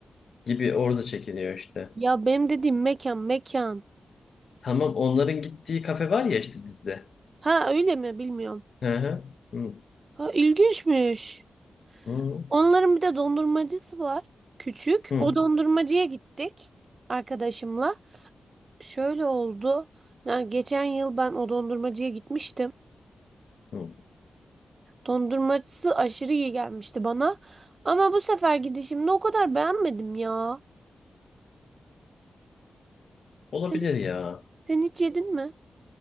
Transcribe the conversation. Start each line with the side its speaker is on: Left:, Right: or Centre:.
Left: Gibi orada çekiliyor işte.
Right: Ya benim dediğim mekan mekan.
Left: Tamam onların gittiği kafe var ya işte dizide.
Right: Ha öyle mi bilmiyorum.
Left: He he. Hı
Right: Ha ilginçmiş.
Left: hı
Right: Onların bir de dondurmacısı var. Küçük.
Left: hı
Right: O dondurmacıya gittik arkadaşımla. Şöyle oldu. Yani geçen yıl ben o dondurmacıya gitmiştim.
Left: hı.
Right: Dondurmacısı aşırı iyi gelmişti bana. Ama bu sefer gidişimde o kadar beğenmedim ya.
Left: Olabilir
Right: Sen,
Left: ya.
Right: sen hiç yedin mi?